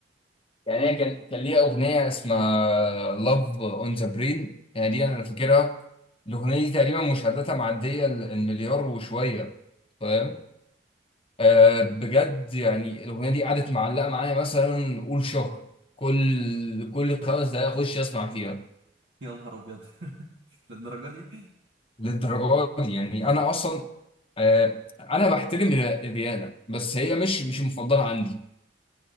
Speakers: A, on the left; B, on the right.
A: يعني هي كان كان ليها اغنيه اسمها لاف اون ذا برين يعني دي انا فاكرها الاغنيه دي تقريبا مشاهداتها معديه ال- المليار وشويه فاهم
B: أوه،
A: آه، بجد يعني الاغنيه دي قعدت معلقه معايا مثلا قول شهر كل كل خمس دقائق اخش اسمع فيها
B: يا نهار ابيض <laughs> للدرجه دي
A: للدرجه دي يعني انا اصلا آه انا بحترم الر- الرياضه بس هي مش مش المفضله عندي